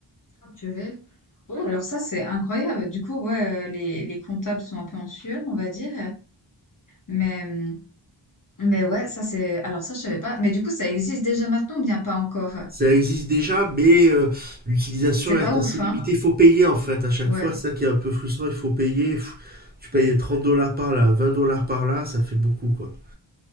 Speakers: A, on the left (about 40°); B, on the right (about 20°).
A: Oh purée. Ouais, alors ça, c'est incroyable. Du coup, ouais, heu, les les comptables sont un peu en sueur, on va dire, mais mmh, mais ouais, ça c'est alors ça, je savais pas. Mais du coup, ça existe déjà maintenant ou bien pas encore?
B: Ça existe déjà, mais euh, l'utilisation
A: C'est
B: est
A: pas ouf,
B: assez limitée.
A: hein?
B: Il faut payer en fait à chaque
A: Ouais.
B: fois. C'est ça qui est un peu frustrant. Il faut payer. Pff, Tu payes 30 dollars par là, 20 dollars par là, ça fait beaucoup quoi.